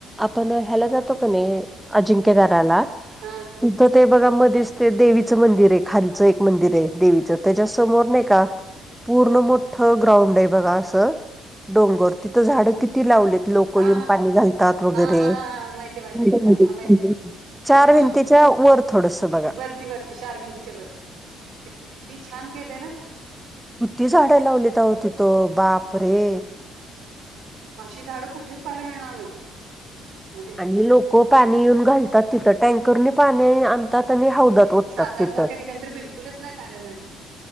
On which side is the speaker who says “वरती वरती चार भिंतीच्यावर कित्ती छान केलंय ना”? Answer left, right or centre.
Right